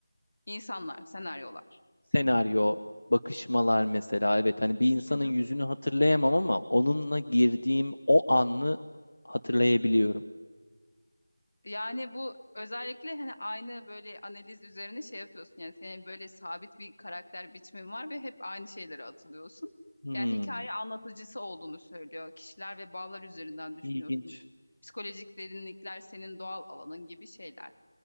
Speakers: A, on the left (about 40°); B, on the left (about 60°).
A: insanlar, senaryolar.
B: senaryo, bakışmalar mesela evet hani bir insanın
A: Hı hı.
B: yüzünü hatırlayamam ama onunla girdiğim o anı hatırlayabiliyorum.
A: Yani bu özellikle hani aynı böyle analiz üzerine şey yapıyorsun yani senin böyle sabit bir karakter biçimin var ve hep aynı şeylere atılıyorsun.
B: Hmm,
A: Yani hikaye anlatıcısı olduğunu söylüyor. Kişiler ve bağlar üzerinden düşünüyorsun.
B: ilginç.
A: Psikolojik derinlikler senin doğal alanın gibi şeyler.